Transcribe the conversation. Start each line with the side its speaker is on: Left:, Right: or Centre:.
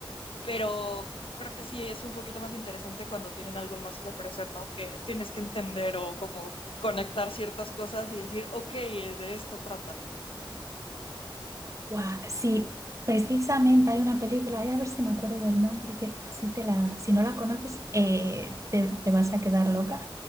Left: pero creo que sí es un poquito más interesante cuando tienen algo más que ofrecer, ¿no? Que tienes que entender o como conectar ciertas cosas y decir, ok, eh, de esto trata.
Right: guau, sí, precisamente hay una película, ay, a ver si me acuerdo del nombre, que así te la, si no la conoces, eh, te, te vas a quedar loca.